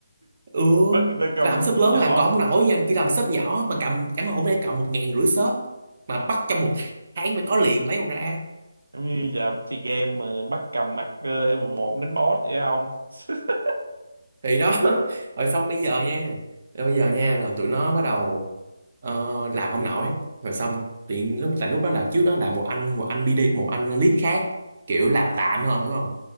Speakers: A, on the right (about 45°); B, on the right (about 85°).
A: ừ
B: Bắt người ta cầm
A: làm shop
B: súp
A: lớn
B: nhỏ.
A: làm còn không nổi nha khi làm shop nhỏ mà cầm chẳng hạn hôm nay cầm một ngàn rưỡi shop mà bắt trong một tháng phải có liền lấy đâu ra
B: Giống như giờ chơi game mà bắt cầm mặt ờ, level 1 đến boss vậy không? <laughs>
A: thì đó <laughs> rồi xong bây giờ nha rồi bây giờ nha rồi tụi nó bắt đầu ờ, làm không nổi rồi xong tiện lúc tại lúc đó là trước đó là một anh một anh BD một anh lead khác kiểu làm tạm hơn hiểu không